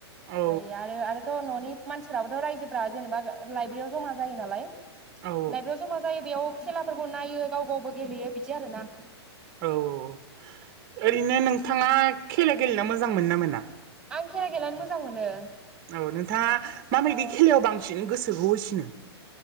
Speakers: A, on the right; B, in the centre.
A: औ
B: आरो आरो आरो थ न'नि मानसिफ्राबोथ रायजोफोरा जेनेबा लाइबेरियाव जमा जायो नालाय
A: औ
B: लाइब्रेयाव जमा जायो बेयाव खेलाफोरखौ नायो गाव गावबो गेलेयो बिदि आरो ना
A: औ औ ओरैनो नोंथाङा खेला गेलेना मोजां मोन ना मोना?
B: आं खेला गेलेनानै मोजां मोनो।
A: औ नोंथाङा माबायदि
B: औ
A: खेलायाव बांसिन गोसोखौ होसिनो?